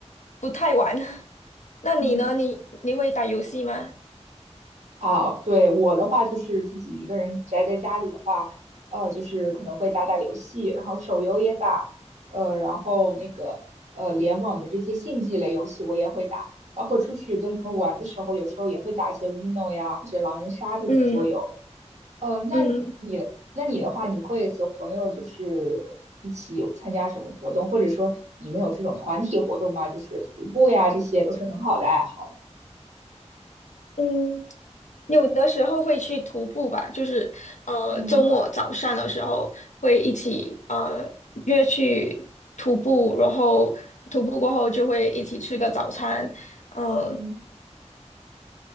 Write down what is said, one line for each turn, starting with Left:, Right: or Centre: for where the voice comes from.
Left: 不太玩。<laughs> 那你呢？
Right: 嗯，
Left: 你你会打游戏吗？
Right: 啊，对，我的话就是自己一个人宅在家里的话，呃，就是可能会打打游戏，然后手游也打，呃，然后那个呃联网的这些竞技类游戏我也会打，包括出去跟朋友玩的时候，有时候也会打一些 Uno 呀或者狼人杀这种桌游。
Left: 嗯
Right: 呃，那你的那你的话，
Left: 嗯
Right: 你会和朋友就是一起有参加什么活动，或者说你们有这种团体活动吗？就是徒步呀，这些都是很好的爱好。
Left: 嗯，有的时候会去徒步吧，就是呃周末早上的时候会一起呃约去徒步，
Right: 嗯
Left: 然后徒步过后就会一起吃个早餐，呃
Right: 嗯。